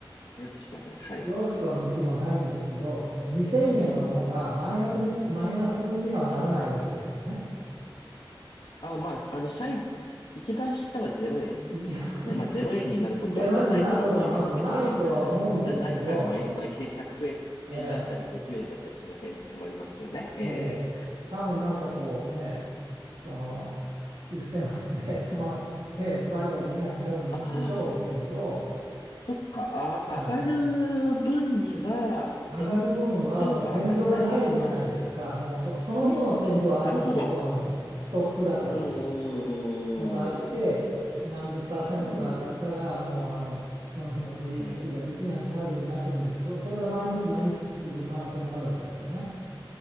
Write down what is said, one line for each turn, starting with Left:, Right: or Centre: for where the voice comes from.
Left: よろしくはない。はい。
Right: よろしくはもちろんないんですけど2000円のものがマイナスに、マイナスにはならないわけですよね。
Left: えあ、まあ、あの、最、一番下は0円ですものね。
Right: いや、
Left: まあ、0円になることはな、
Right: いゼロになることはまずないとは思うんですけど、
Left: ないとは思いますけど、まあ、だ、ないから、まあ、まあ、100円だったり、
Right: ええ
Left: 50円だったり、その辺で止まりますよね。ええ
Right: ええ、多分なんかこうね、そのシステムで <laughs> 止まって売買できなくなるんでしょうけど、
Left: ああ、そっか。あ、
Right: はい、
Left: 上がる分には、
Right: 上がる分はもう天井がないじゃないですか、
Left: 天井があまりないのか。
Right: もうそ、その日の天井はありますよ、
Left: なるほど。
Right: あのストップ高という
Left: うーん。
Right: のがあって、何十パーセントか上がったら、
Left: うん。
Right: もうあのその日の取引ができなくなるようになってるんですけど、
Left: ええ
Right: それが毎日毎日続く可能性もあるわけですよね。